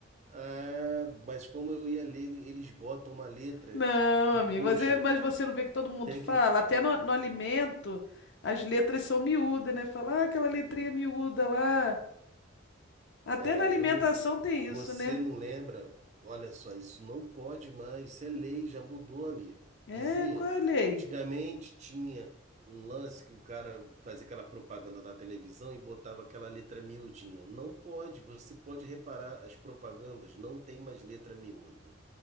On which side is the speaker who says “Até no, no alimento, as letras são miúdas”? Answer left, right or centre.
Left